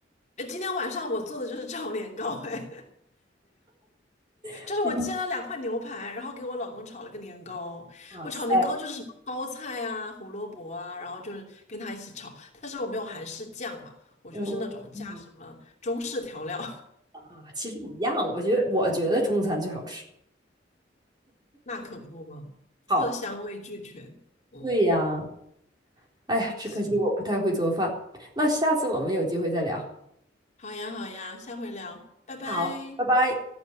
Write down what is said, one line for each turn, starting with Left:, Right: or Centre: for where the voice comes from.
Left: 哎，今天晚上我做的就是炒年糕，哎。就是我煎了两块牛排，
Right: <laughs>
Left: 然后给我老公炒了个年糕。
Right: 嗯哇塞，
Left: 我炒年糕就是什么包菜啊、胡萝卜啊，然后就是跟他一起炒。但是我没有韩式酱嘛，我就是那种加什么中式调料，
Right: 嗯，嗯啊，其实一样，我觉得我觉得中餐最好吃。
Left: <laughs> 那可不嘛，色香味俱全。
Right: 好，
Left: 嗯，
Right: 对呀，哎呀，只可惜我不太会做饭。
Left: 行，
Right: 那下次我们有机会再聊。
Left: 好呀好呀，下回聊，拜拜。
Right: 好，拜拜。